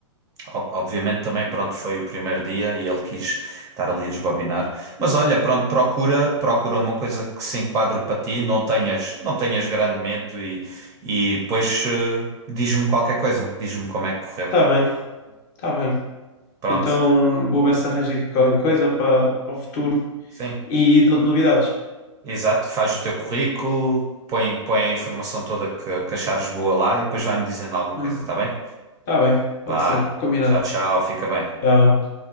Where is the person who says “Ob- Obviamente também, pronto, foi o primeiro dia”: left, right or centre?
Right